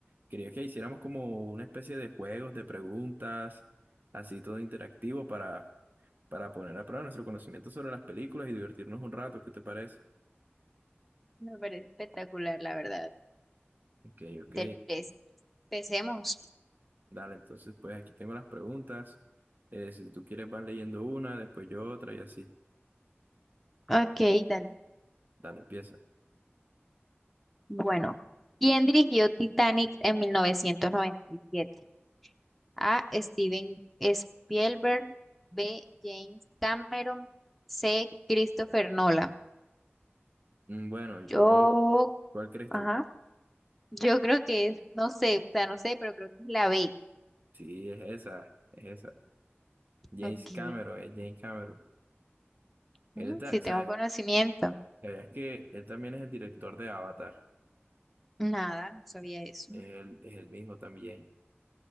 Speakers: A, on the right; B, in the centre.
A: quería que hiciéramos como una especie de juegos, de preguntas, así todo interactivo para, para poner a prueba nuestro conocimiento sobre las películas y divertirnos un rato, ¿qué te parece?
B: Me parece espectacular, la verdad.
A: Ok, ok.
B: Interés. Empecemos.
A: Dale, entonces pues aquí tengo las preguntas. Eh, si tú quieres vas leyendo una, después yo otra y así.
B: Ok, dale.
A: Dale, empieza.
B: Bueno, ¿quién dirigió Titanic en 1997? A. Steven Spielberg, B. James Cameron, C. Christopher Nolan.
A: Mm, Bueno, yo,
B: Yo,
A: ¿cuál crees
B: ajá,
A: tú?
B: yo creo que, es- no sé, o sea, no sé, pero creo que es la B.
A: Sí, es esa, es esa. James
B: Ok,
A: Cameron, es James Cameron. Él
B: mm,
A: ta-
B: sí
A: sa-
B: tengo conocimiento.
A: ¿sabías que él también es el director de Avatar?
B: Nada, no sabía eso.
A: Él es el mismo también,